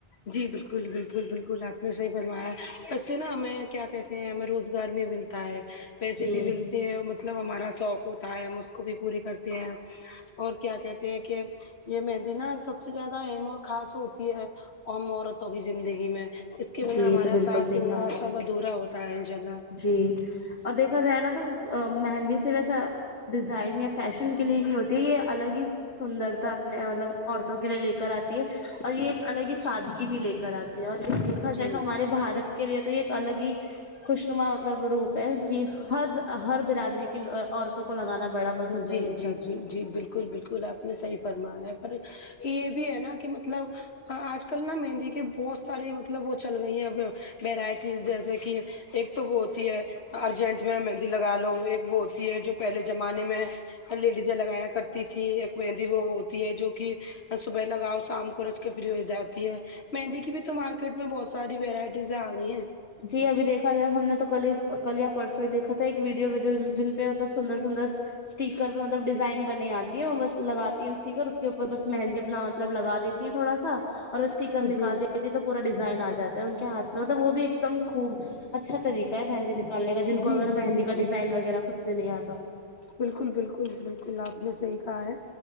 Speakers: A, on the left; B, on the left.
A: جی بالکل بالکل بالکل آپ نے صحیح فرمایا ہے اس سے نا ہمیں کیا کہتے ہیں ہمیں روزگار بھی ملتا ہے پیسے
B: جی
A: بھی ملتے ہیں مطلب ہمارا سوق ہوتا ہے ہم اس کو بھی پوری کرتے ہیں اور کیا کہتے ہیں کہ یے مہندی نا سب سے زیادہ اہم اور خاص ہوتی ہے ہم عورتوں کی زندگی میں کے بنا
B: جی
A: ہمارا
B: یے تو بالکل
A: ساس
B: صحیح
A: سنگار
B: کہا آپ
A: سب
B: نے
A: ادھورا ہوتا ہے انشاء اللہ
B: جی اور دیکھا جائے نا تو مہندی سے ویسا ڈیزائن یا فیشن کے لیے ہی نہیں ہوتی یے الگ ہی سندرتا اپنے مطلب عورتوں کے لیے لے کر آتی ہے اور یے ایک الگ ہی سادی کی بھی لے کر آتی ہے اور یے دیکھا
A: جی
B: جائے تو ہمارے بھارت کے لیے تو یے ایک الگ ہی خوشنما مطلب روپ ہے کی ہر ہر برادری کی عورتوں کو لگانا بڑا پسند
A: جی
B: ہے یہ
A: جی
B: سب
A: جی جی بالکل بالکل آپ نے صحیح فرمایا پر یے بھی ہے نا کہ مطلب آج کل نا مہندی کہ بہت ساری مطلب وہ چل گئی ہیں ویرائٹیز جیسے کی ایک تو وہ ہوتی ہے ارجنٹ میں مہندی لگا لو ایک وہ ہوتی ہے جو پہلے زمانے میں لیڈیز لگایا کرتی تھی ایک مہندی وہ ہوتی ہے جو کی صبح لگاؤ شام کو ہو جاتی ہے مہندی کی بھی تو مارکیٹ میں بہت ساری وورائٹیز آ گئی ہیں
B: جی ابھی دیکھا جائے ہم نے تو کل کل پرسوں ہی دیکھا تھا ایک ویڈیو میں جو جن پے مطلب سندر سندر اسٹیکر پے مطلب ڈیزائن بنی آتی ہے اور بس لگاتی ہیں اسٹیکر کے اوپر بس مہندی اپنا مطلب لگا دیتی ہیں تھوڑا سا اور اسٹیکر
A: جی
B: نکال دیتی تو پورا ڈیزائن آ جاتا ہے ان کے ہاتھ میں مطلب وہ بھی ایک دم خوب اچھا طریقہ ہے مہیندی کالنے کا جن کو
A: جی
B: اگر
A: جی
B: مہندی
A: بالکل
B: کا ڈیزائن وغیرہ خود سے نہیں آتا ہو تو
A: بالکل بالکل بالکل آپ نے صحیح کہا ہے